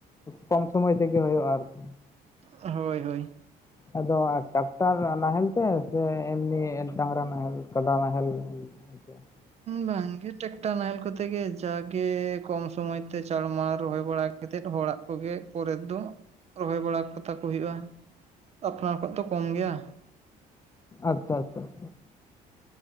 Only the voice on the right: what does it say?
ᱦᱳᱭ ᱦᱳᱭ
ᱵᱟᱝᱜᱮ ᱴᱮᱠᱴᱟᱨ ᱱᱟᱦᱮᱞ ᱠᱚᱛᱮ ᱜᱮ ᱡᱟᱜᱮ ᱠᱚᱢ ᱥᱚᱢᱚᱭ ᱛᱮ ᱪᱟᱲᱼᱢᱟᱲ ᱨᱚᱦᱚᱭ ᱵᱟᱲᱟᱜ ᱠᱟᱛᱮ ᱦᱚᱲᱟᱜ ᱠᱚᱜᱮ ᱯᱚᱨᱮ ᱫᱚ ᱨᱚᱦᱚᱭ ᱵᱟᱲᱟ ᱠᱟᱛᱟ ᱠᱚ ᱦᱩᱭᱩᱜᱼᱟ ᱟᱯᱱᱟᱨ ᱠᱚᱣᱟ ᱛᱚ ᱠᱚᱢ ᱜᱮᱭᱟ